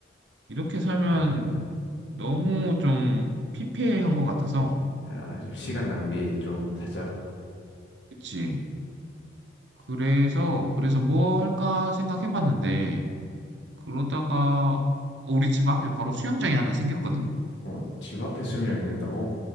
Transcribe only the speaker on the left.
아,
아, 좀 시간 낭비 좀 살짝.
어, 집 앞에 수영장 생겼다고?